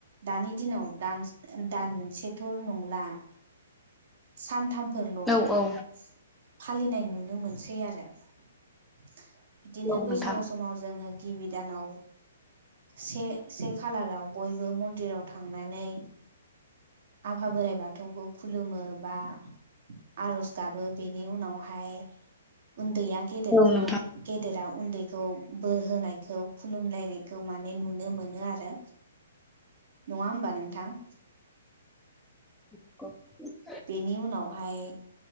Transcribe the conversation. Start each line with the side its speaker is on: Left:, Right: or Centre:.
Right: दानि दिनाव दान दान मोनसेथ' नंला सानथामफोरल'
Centre: औ औ
Right: फालिनाय नुनो मोनसै आरो। बिदिनो
Centre: औ
Right: बैसागु
Centre: नोंथां
Right: समाव जोङो गिबि दानाव से से खालाराव बयबो मन्दिराव थांनानै आफा बोराइ बाथौखौ खुलुमो बा आर'ज गाबो बेनि उनावहाय उन्दैया गेदेरखौ
Centre: औ नोंथां
Right: गेदेरा उन्दैखौ बोर होनायखौ खुलुमलायनायखौ माने नुनो मोनो आरो नङा होमबा नोंथां।
Centre: <inaudible>
Right: बेनि उनावहाय